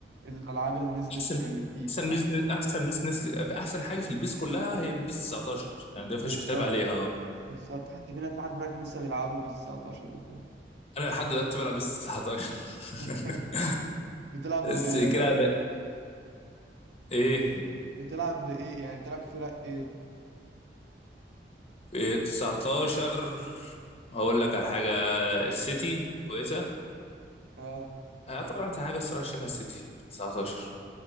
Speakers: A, on the right (about 80°); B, on the left (about 35°).
A: الالعاب اللي نزلت
B: احسن
A: يعني البيس
B: احسن
A: من احسن
B: بيزنس احسن بيزنس احسن حاجه في البيس كلها هي بيس 19 يعني ده مفيش
A: بالظبط
B: اختلاف عليها اه
A: بالظبط حتى في ناس لحد دلوقتي لسه بيلعبوا بيس 19 وكده
B: انا لحد دلوقتي بلعب بيس 19
A: <laughs>
B: <laughs>
A: بتلعب
B: بس
A: ب-
B: كده بقى. ايه
A: بتلعب بايه يعني بتلعب فرق ايه
B: إيه، 19 هقول لك على حاجه السيتي كويسه
A: اه
B: اعتبر احسن حاجه الصراحه شايفها السيتي 19